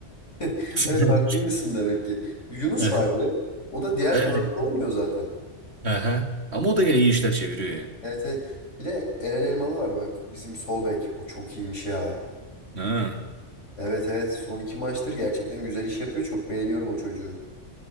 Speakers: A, on the left (about 85°); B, on the right (about 60°).
A: <laughs>
B: <laughs>
A: Evet haklıymışsın demek ki. Yunus
B: Aha,
A: var bir. de. O da diğer
B: Evet.
A: kanatta oynuyor zaten.
B: Aha. Ama o da gene iyi işler çeviriyor ya.
A: Evet evet. Bir de Eren Elmalı var bak. Bizim sol bek. O çok iyiymiş ya.
B: Ha.
A: Evet evet. Son iki maçtır gerçekten güzel iş yapıyor. Çok beğeniyorum o çocuğu.